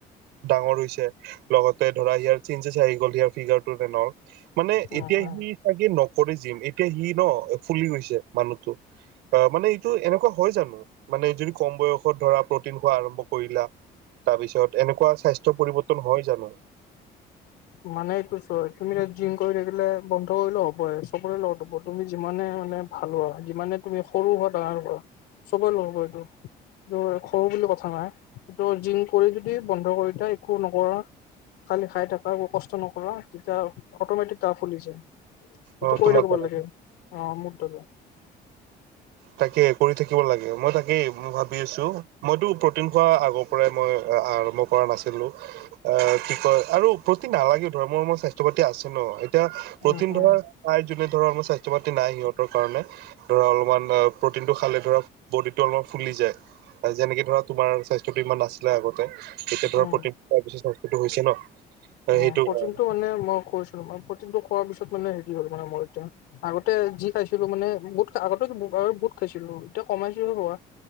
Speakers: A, on the right (about 85°); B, on the left (about 85°).
A: ডাঙৰ হৈছে, লগতে ধৰা ইয়াৰ চেইনজেছ আহি গ'ল, সিয়াৰ ফিগাৰটোতে <unintelligible> মানে
B: উম
A: এতিয়া
B: উম
A: সি চাগে নকৰে যিম এতিয়া সি ন, ফুলি গৈছে মানুহটো। অ', মানে এইটো এনেকুৱা হয় জানো? মানে যিটো কম বয়স ধৰা প্ৰটিন খোৱা আৰম্ভ কৰিলা, তাৰ পিছত এনেকুৱা স্বাস্থ্য পৰিৱৰ্তন হয় জানো?
B: মানে এইটো চোৱা, তুমি এতিয়া জিম কৰি থাকিলে বন্ধ কৰিলেও হ'বয়ে, চবৰে লগত হ'ব, তুমি যিমানে মানে ভালো হোৱা, যিমানে তুমি সৰু হোৱা ডাঙৰ হোৱা। চ'বৰ লগ হ'ব এইটো, এইটো খৰু বুলি কথা নাই। ত' জিম কৰি যদি বন্ধ কৰি থয়, একো নকৰা, খালি খাই থাক একো কষ্ট নকৰা, তেতিয়া অটমেটিক গা ফুলি যায়, সেইটো
A: অ
B: কৰি
A: তোমাক
B: থাকিব লাগে। অ', <unintelligible>
A: তাকে কৰি থাকিব লাগে, মই তাকেই ভাবি আছোঁ, মইতো প্ৰটিন খোৱা আগৰ পৰাই মই আ আৰম্ভ কৰা নাছিলোঁ। অ', কি কয় আৰু প্ৰটিন নালাগেও ধৰ মোৰ- মোৰ স্বাস্থ্য পাতি আছে ন', এই এতিয়া প্ৰটিন
B: উম উম
A: ধৰ প্ৰায় যোনে ধৰ <unintelligible> স্বাস্থ্য পাতি নাই সিহঁতৰ কাৰণে ধৰা অলপমান অ', প্ৰটিনটো খালে ধৰা বডিটো অলপমান ফুলি যায়। যেনেকে ধৰা তোমাৰ স্বাস্থ্যটো ইমান নাছিলে আগতে, এতিয়া ধৰা
B: উম
A: প্ৰটিন খোৱা পিছত স্বাস্থ্যটো হৈছে ন।
B: অ',
A: সেইটো
B: প্ৰটিনটো
A: কাৰণে
B: মানে মই কৈছিলো, মই প্ৰটিনটো খোৱাৰ পিছত মানে হেৰি হ'ল মানে মোৰ এতিয়া। আগতে যি খাইছিলো মানে, বুত আগতে বুত খাইছিলো, এতিয়া কমাইছোহে ৰ'বা।